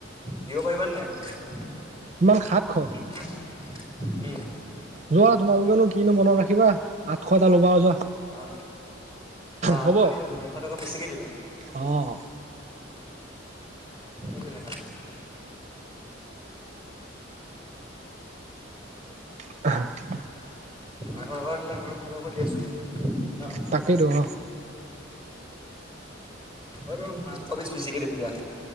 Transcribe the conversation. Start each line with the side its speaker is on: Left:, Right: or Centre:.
Left: দিব পাৰিব নাই বস্তুটো।
Right: কিমান সাতশ।
Left: উম,
Right: যোৱা তোমালোকেনো কিনো মনত ৰাখিবা আঠশ এটা ল'বা যোৱা।
Left: অ, বা
Right: হ'ব
Left: থ দিবা নেকি এশ টকা বেছিকে দিবা।
Right: অ,
Left: হ'ব তেনেহলে।
Right: <inaudible>
Left: আৰু স ঘ দিলে আমাৰো ভাল কৰি আছো ন
Right: তাকেই টো অ,
Left: অ, মাংস বেছ বেছিকে দিম দিয়া।